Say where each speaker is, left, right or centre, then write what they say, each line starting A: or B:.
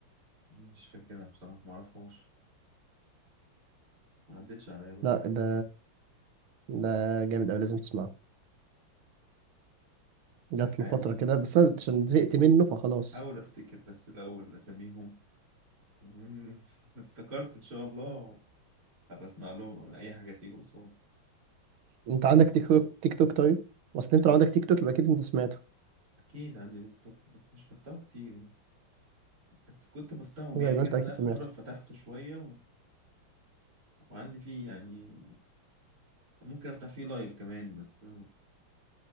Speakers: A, on the right; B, on the right.
A: مش فاكرها بصراحة ما اعرفهاش ما عدتش عليا برضه
B: لا ده ده جامد قوي لازم تسمعه جات
A: هحاول
B: له فتره كده بس انا عشان زهقت منه فخلاص
A: هحاول افتكر بس الاول اساميهم وإن <laughs> افتكرت ان شاء الله هبقى اسمع لهم اي حاجة تيجي قصادي
B: انت عندك تيك توك تيك توك طيب اصل انت لو عندك تيك توك يبقى اكيد انت سمعته
A: اكيد عندي تيك توك بس مش بفتحه كتير يعني بس كنت بفتحه يعني
B: زي ما
A: جت
B: انت اكيد
A: عليا فترة
B: سمعت
A: فتحته شوية و... وعندي فيه يعني ممكن افتح فيه لايف كمان بس